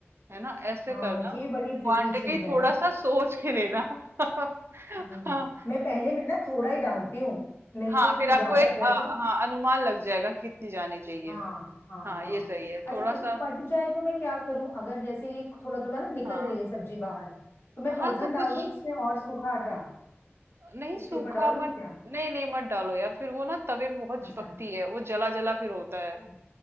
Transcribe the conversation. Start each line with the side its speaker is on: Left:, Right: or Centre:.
Right: है ना ऐसे
Left: हाँ
Right: करना
Left: ये
Right: क्वांटिटी
Left: बड़ी ट्रिकी चीज है
Right: थोड़ा
Left: ना
Right: सा सोच के लेना <laughs>
Left: आई
Right: हाँ
Left: नो मैं पहले में ना थोड़ा ही डालती हूँ नहीं
Right: हाँ
Left: तो फिर
Right: फिर आपको
Left: ज्यादा
Right: एक
Left: हो जाएगा
Right: अ,
Left: तो
Right: हाँ अनुमान लग जाएगा कितनी जानी चाहिए
Left: हाँ हाँ
Right: हाँ
Left: हाँ
Right: ये सही है
Left: अच्छा
Right: थोड़ा
Left: अगर
Right: सा
Left: फट जाए तो मैं क्या करूं अगर जैसे ये थोड़ा थोड़ा ना निकल
Right: हाँ
Left: रही है सब्जी बाहर तो मैं
Right: हाँ
Left: पलथन
Right: तो
Left: डाल
Right: कुछ
Left: दूं इसमें और सूखा आटा
Right: नहीं
Left: इसके
Right: सूखा
Left: ऊपर डाल दूं
Right: मत
Left: क्या
Right: नहीं नहीं मत डालो यार फिर वो ना तवे पे बहुत
Left: अच्छा
Right: चिपकती है वो जला जला फिर होता है
Left: हम्म,